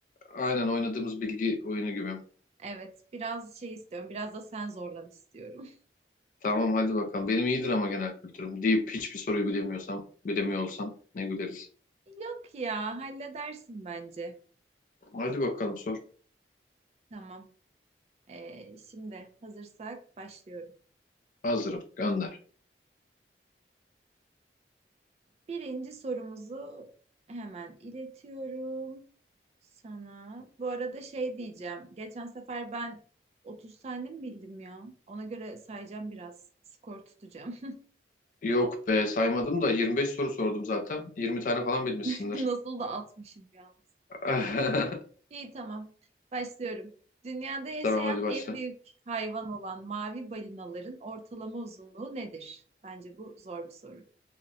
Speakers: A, on the left; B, on the right.
A: aynen oynadığımız bilgi oyunu gibi.
B: Evet, biraz şey istiyorum. Biraz da sen zorlan istiyorum.
A: Tamam hadi bakalım. Benim iyidir ama genel kültürüm. Deyip hiçbir soruyu bilemiyorsam, bilemiyor olsam ne güleriz.
B: <laughs> Yok ya, halledersin bence.
A: Hadi bakalım sor.
B: Tamam. Ee, şimdi hazırsak başlıyorum.
A: Hazırım, gönder.
B: Birinci sorumuzu hemen iletiyorum. sana. Bu arada şey diyeceğim. Geçen sefer ben 30 tane mi bildim ya? Ona göre sayacağım biraz. Skor tutacağım.
A: Yok be saymadım da Yirmi beş soru sordum zaten. 20 tane falan bilmişsindir.
B: <laughs> Nasıl da atmışım yalnız.
A: <laughs>
B: İyi tamam. Başlıyorum. Dünyada yaşayan
A: Tamam hadi başla.
B: en büyük hayvan olan mavi balinaların ortalama uzunluğu nedir? Bence bu zor bir soru.